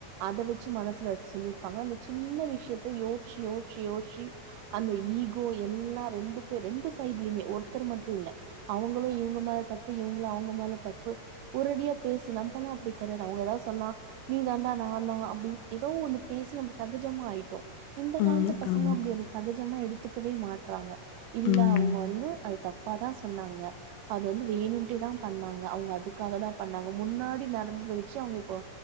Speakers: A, on the right; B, on the left.
A: அதை வச்சு மனசுல வச்சு சொல்லிருப்பாங்க அந்த சின்ன விஷயத்த யோசிச் யோசிச் யோசிச் அந்த ஈகோ எல்லாம் ரெண்டு பேர் ரெண்டு சைடலயுமே ஒருத்தர் மட்டும் இல்ல அவங்களும் இவங்க மேல தப்பு இவங்களும் அவங்க மேல தப்பு உரடியா பேசி நம்மல்லாம் அப்படி கிடையாது அவங்க ஏதாவது சொன்னா நீ தாண்டா நான் தான் அப்படின்னு ஏதவும் ஒண்ணு பேசி நம்ம சகஜமா ஆயி இந்த காலத்து
B: ம்.
A: பசங்க
B: ஆமா.
A: அப்படி சகஜமா எடுத்துக்கவே மாட்டறாங்க இல்ல
B: ம்.
A: அவங்க வந்து அது தப்பு தப்பா தான் சொன்னாங்க அது வந்து வேணும்ட்டே தான் பண்ணாங்க அவங்க அதுக்காக தான் பண்ணாங்க முன்னாடி நடந்தத வச்சு அவங்க இப்போ